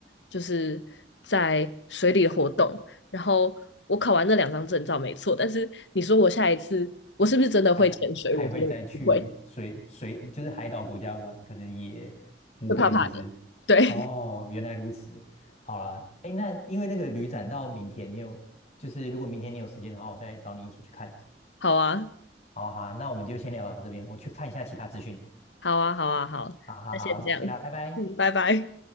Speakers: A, on the left; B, on the left.
A: 就是在水里的活动。然后我考完那两张证照没错，但是你说我下一次我是不是真的会潜水？
B: 还还会再去水水，
A: 我觉得我不会，
B: 就是海岛国家玩，可能也不会，
A: 会怕怕的。
B: 是不是？
A: 对，
B: 哦，原来如此。好啦，哎，那因为那个旅展到明天，你有就是如果明天你有时间的话，我再找你一起去看。
A: <laughs> 好啊，
B: 好好，那我们就先聊到这边，我去看一下其他资讯。
A: 好啊，好啊，好，
B: 好好好，
A: 那先这样，
B: 谢啦，拜拜。
A: 嗯，拜拜。